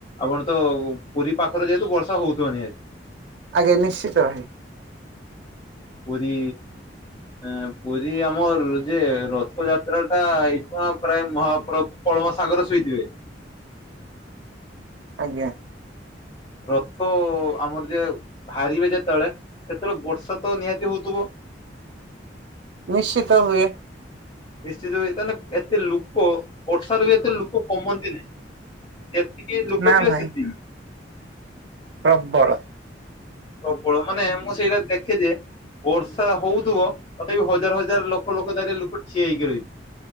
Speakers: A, on the left (about 30°); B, on the right (about 70°).
A: ଆପଣ ତ ପୁରୀ ପାଖରେ ଯେହେତୁ ବର୍ଷା ହଉଥିବ ନିହାତି।
B: ଆଜ୍ଞା ନିଶ୍ଚିତ
A: ପୁରୀ ଏ ପୁରୀ ଆମର ଯେ ରଥଯାତ୍ରା ଟା ଏଇଠୁ ପ୍ରାୟ ମହାପ୍ରଭୁ। କଳମା ସାଗରରେ ଶୋଇଥିବେ।
B: ଆଜ୍ଞା।
A: ରଥ ଆମର ଯେ ବାହାରିବେ ଯେତେବେଳେ ସେତେବେଳେ ବର୍ଷା ତ ନିହାତି ହଉଥିବ।
B: ନିଶ୍ଚିତ ହୁଏ।
A: ନିଶ୍ଚିତ ତାନେ ଏତେ ଲୋକ ବର୍ଷାରେ ବି ଏତେ ଲୋକ କମନ୍ତି ନାଇଁ ଏତେ ଯେତିକି ଲୋକ
B: ନା
A: ଥିବେ
B: ଭାଇ
A: ସେତିକି।
B: ପ୍ରବଳ।
A: ପ୍ରବଳମାନେ ମୁଁ ସେଇଟା ଦେଖେ ଯେ ବର୍ଷା ହଉଥିବ ତଥାପି ହଜାର ହଜାର ଲୋକ ଲୋକ ଧାର ଲୋକ ଠିଆ ହେଇକି ରହିିବେ।